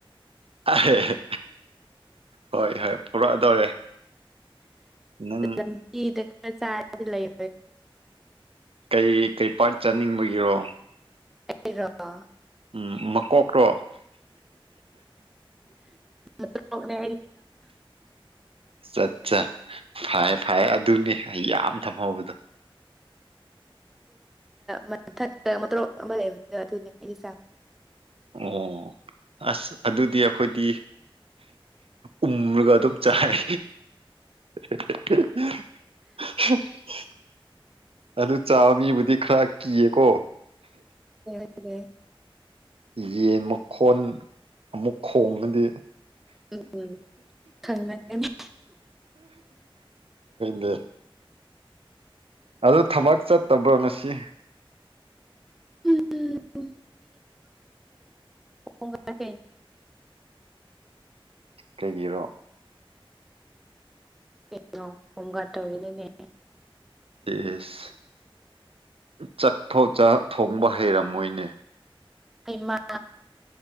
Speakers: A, on the right (about 80°); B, in the centre.
A: ꯍꯣꯏ ꯍꯣꯏ ꯄꯨꯔꯛꯑꯗꯧꯔꯦ ꯅꯪ
B: ꯂꯝ ꯆ ꯂꯩ
A: ꯀꯩ ꯀꯩ ꯄꯥꯔꯠ ꯆꯥꯅꯤꯡꯕꯒꯤꯔꯣ
B: ꯔ
A: ꯎꯝ ꯃꯀꯣꯛꯇꯣ
B: ꯑ ꯑꯣꯅꯦ ꯍꯥꯏ
A: ꯑꯠꯠꯆꯥ ꯐꯩ ꯐꯔ ꯑꯗꯨꯅꯤ ꯑꯩ ꯌꯥꯝ ꯊꯝꯍꯧꯕꯗꯣ
B: ꯃꯊ ꯑꯃ ꯂꯩꯕꯗ ꯑꯗꯨꯅꯦ ꯑꯩ ꯆ
A: ꯑꯣ ꯑꯁ ꯑꯗꯨꯗꯤ ꯑꯩꯈꯣꯏꯗꯤ ꯎꯃ꯭ꯔꯒ ꯑꯗꯨꯝ ꯆꯥꯦ <unintelligible> ꯑꯗꯨ ꯆꯥꯕ ꯃꯤꯕꯨꯗꯤ ꯈꯔ ꯀꯤꯌꯦꯀꯣ
B: ꯑꯣꯦ
A: ꯌꯦꯟ ꯃꯈꯣꯟ ꯑꯃꯨꯛ ꯈꯣꯡꯉꯗꯤ
B: ꯎꯝ ꯈꯪꯒꯅꯤ
A: ꯗꯦ ꯑꯗꯨ ꯊꯕꯛ ꯆꯠꯇꯕ꯭ꯔꯣ ꯉꯁꯤ
B: ꯎꯝ ꯍꯣꯡ ꯀꯦ
A: ꯀꯩꯒꯤꯔꯣ
B: ꯀꯩꯅꯣ ꯍꯣꯝꯒꯥꯔꯗ ꯇꯧꯔꯤꯅꯦꯅꯦ
A: ꯌꯦꯁ ꯆꯥꯛꯐꯥꯎ ꯊꯣꯡꯕ ꯍꯩꯔꯝꯃꯣꯏꯅꯦ
B: ꯍꯩꯃ